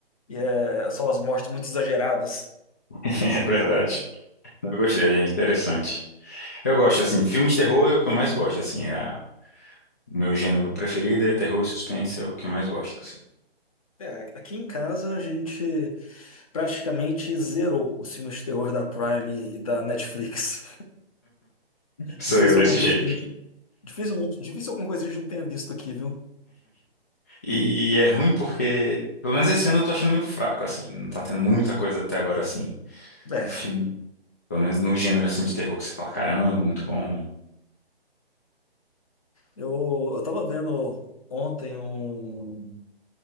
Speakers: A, on the left (about 35°); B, on the left (about 15°).
A: E é, são as mortes muito exageradas.
B: <laughs> É verdade. Eu gostei, gente. Interessante. Eu gosto, assim, filme de terror é o que eu mais gosto, assim, é a- o meu gênero preferido é terror e suspense, é o que eu mais gosto, assim.
A: É, aqui em casa a gente praticamente zerou os filmes de terror da Prime e da Netflix. <laughs>
B: Sou
A: Difícil
B: eu desse
A: alguma
B: jeito.
A: coisa que a gente. Dificilmente, difícil alguma coisa que a gente não tenha visto aqui, viu?
B: E é ruim porque, pelo menos esse ano eu tô achando meio fraco, assim, não tá tendo muita coisa até agora, assim,
A: É.
B: filme, pelo menos no gênero, assim, de terror que você fala, caramba, muito bom.
A: Eu, eu tava vendo ontem um.